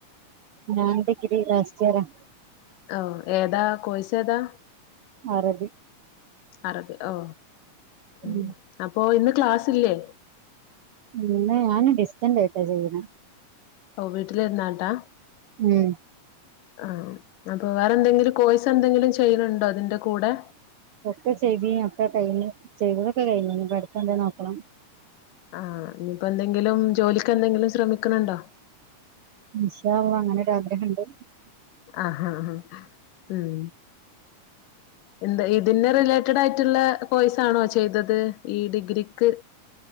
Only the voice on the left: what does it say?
ഓ ഏതാ കോഴ്സേതാ
അറബ് ഓ
ഉ അപ്പൊ ഇന്ന് ക്ലാസ്ല്ല്ലേ
ഓ വീട്ടിലിരുന്നാട്ടാ
ആ അപ്പൊ വേറെ എന്തെങ്കിലും കോഴ്സ് ന്തെങ്കിലും ചെയ്യ്ണ്ണ്ടോ ഇതിന്റെ കൂടെ
ആ ഇനിയിപ്പോ എന്തെങ്കിലും ജോലിക്ക് എന്തെങ്കിലും ശ്രമിക്ക്ണ് ണ്ടോ
ആഹ് ആഹ് ഉം എന്താ ഇതിനെ റിലേറ്റഡായിട്ട് ള്ള കോഴ്സാണോ ചെയ്തത് ഈ ഡിഗ്രിക്ക്